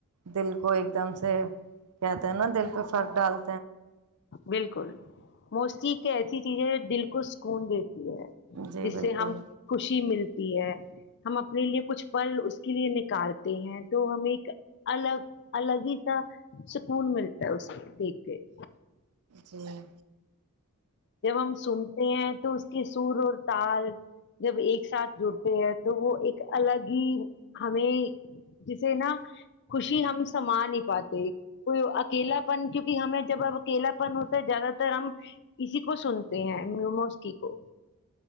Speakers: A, on the right; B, on the left.
A: دل کو ایک دم سے کہتے ہیں نا دل پہ فرق ڈال۔
B: بالکل موسقی۔ کہ ایسی چیز ہے دل۔ کو سکون دیتی ہے
A: جی
B: جس
A: بالکل
B: سے ہم خوشی ملتی ہے۔ ہم اپنے لیے کچھ پل اس کے لیے نکارتے ہیں تو ہمیں ایک الگ الگ ہی سا سکون ملتا ہے اس دیکھ کے بچ
A: ا میں
B: جم سم ہیں تو اس کے سور اور تال جب ایک ساتھ جڑتے ہیں تو وہ ایک الگ ہی ہمیں جسے نا خوشی ہم سا نہیں پاتے کوئی اکیلا پن کیونکہ ہمیں جب اب اکیلا پن ہوتا ہے زیادہ تر ہم کسی کو سنتے ہیں میووموسکی کو